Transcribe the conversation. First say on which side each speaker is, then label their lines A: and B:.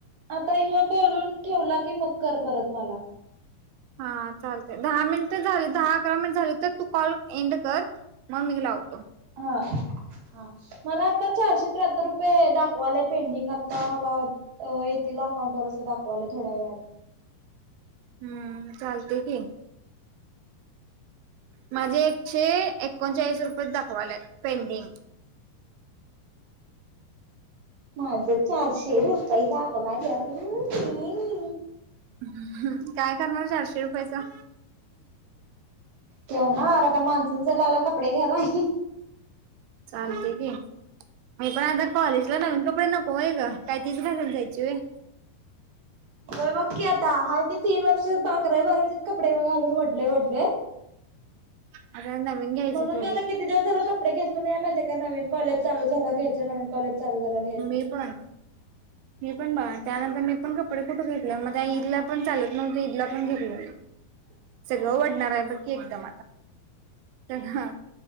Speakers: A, on the right; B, on the right.
A: आता ह्यो बोलून ठेवला की मग कर परत मला.
B: हा चालतय दहा मिनिट झाले दहा अकरा मिनिट झाली तर तू कॉल एंड कर मग मी लावतो.
A: हा हा मला आता चारशे त्र्याहत्तर रूप ते दाखवालाय पेंडिंग आता मला अ येतील अकाउंट वर असं दाखवालय थोड्या वेळात.
B: हम्म चालतंय की. माझे एकशे एकोणचाळीस रुपयेच दाखवाल्यात पेंडिंग.
A: माझं चारशे रुपये दाखवाल्यात <unintelligible>
B: हं हं काय करणार चारशे रुपयचं?
A: ठेवणार आता मान्सून सेल लागल्यावर कपडे घ्यायला.
B: चालतंय की मी पण आता कॉलेजला नवीन कपडे नको होय ग काय तीच घालून जायच. चे
A: होय बघ की आता हाय ते तीन वर्ष भाकऱ्या भरायचेत कपडे घालून वडले वडले.
B: आता नवीन घ्यायची
A: म्हणून
B: थोडी
A: मी आता कित किती दिवस झालं कपडे घेतलो नाही मी माहितेय का नवीन कॉलेज चालू झाल्यावर घ्यायचं नवीन कॉलेज चालू झाल्यावर
B: मी पण. मी पण बाळा त्यानंतर मी पण कपडे कुठे घेतलोय म ह्या ईदला पण चालत नव्हतं ईदला पण घेतलो नाही.
A: हम्म.
B: सगळ वडणार आहे बघ की एकदम आता सगळं